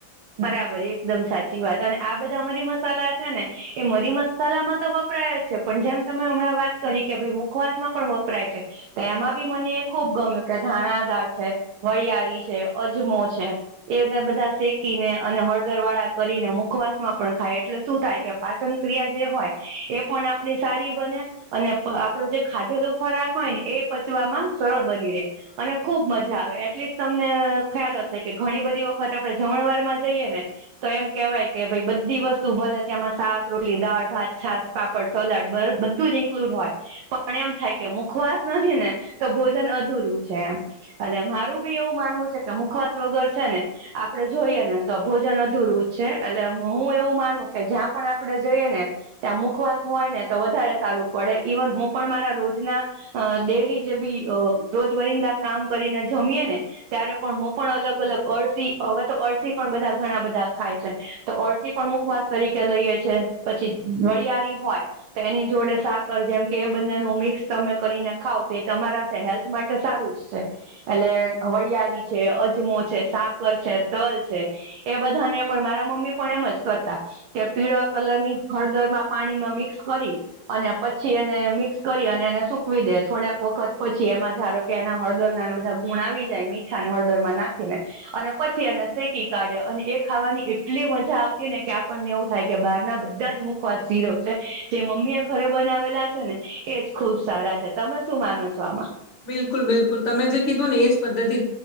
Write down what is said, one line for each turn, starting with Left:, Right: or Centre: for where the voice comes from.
Right: બરાબર એકદમ સાચી વાત. અને આ બધા મરી મસાલા છે ને, એ મરી મસા મસલામાં તો વપરાય જ છે. પણ જેમ તમે હમણાં વાત કરી કે, ભાઈ મુખવાસ માં પણ વપરાય છે. તો એમાં બી મને એ ખુબ ગમ્યું કે ધાણાદાળ છે, વળયારી છે, અજમો છે, એને બધા શીખ કીને અને હળદર વાળા કરીને, મુખવાસ માં પણ ખાય. એટલે શું થાય કે પાચન ક્રિયા જે હોય એ પણ આપડી સારી બને, અને અપ આપડો જે ખાધેલો ખોરાક હોય એ પચવામાં સરળ બની રહે. અને ખુબ મજા આવે. એટલીસ્ટ તમને ખ્યાલ હશે કે, ઘણી બધી વખત આપડે. જમણવાર જઈએ ને. તો એમ કેવાય કે ભાઈ બધી વસ્તુ ભલે ત્યામાં શાક, રોલી, દાળ, ભાત, છાસ, પાપડ, સલાડ બધ બધું જ ઇન્ક્લુડ હોય પણ એમ થાય કે, મુખવાસ નથી ને ભોજન અધૂરું છે એમ. અને મારું બી એવું માનવું છે કે, મુખવાસ વગર છે ને આપડે જોઈએ ને તો ભોજન અધુરું જ છે. એટલે હું એવું માનું કે, જ્યાં પણ આપણે જોઈએ ને ત્યાં મુખવાસ હોય ને તો વધારે સારું પડે. ઈવન હું પણ મારા રોજના અ ડેલી જે બી અ રોજબરિંદા કામ કરીને જમીએે ને ત્યારે પણ હું પણ અલગ અલગ અળસી હવે તો અળસી પણ બધા ઘણા બધા ખાય છે. તો અળસી પણ મુખવાસ તરીકે લઈએ છે. પછી વળયારી હોય. તેની જોડે સાકર જેમ કે એ બંને નું મિક્સ તમે કરીને ખાવ તો એ તમારા જે હેલ્થ માટે તો સારું જ છે. એટલે વળયારી છે, અજમો છે, સાકર છે, તલ છે, એ બધાને પણ મારા મમ્મી પણ એમ જ કરતા. કે પીળા કલર ની હળદરમાં પાણીમાં મિક્સ કરી અને પછી એને મિક્સ કરી અને એને સુકવી દે. થોડાક વખત પછી એમાં ધારો કે એના હળદર નાને બધા ગુણ આવી જાય મીઠાને હળદરમાં નાખીને અને પછી એને શેકી કાઢે. અને એ ખાવાની એટલી મજા આવતી ને કે, આપણને એવું થાય કે બારના બધા જ મુખ વાસ ઝીરો છે. જે મમ્મી એ ઘરે બનાવેલા છે ને, એજ ખુબ સારા છે. તમે શું માનો છો આમાં?
Left: બિલકુલ, બિલકુલ. તમે જે કીધું ને, એ જ પદ્ધતિ